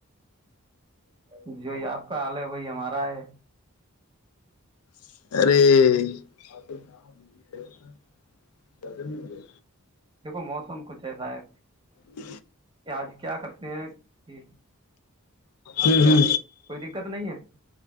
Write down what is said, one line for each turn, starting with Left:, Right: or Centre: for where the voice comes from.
Right: اور <unintelligible> جوی آپ کا حال ہے وہی ہمارا رائے
Left: <inaudible> ارے اچ <inaudible> ست نہیں مے
Right: دیکھو موسم کچھ ایسا ہے
Left: ج
Right: آج کیا کرتے ہیں یہ اچھا
Left: ہ ہ
Right: کوئی دقت نہیں ہے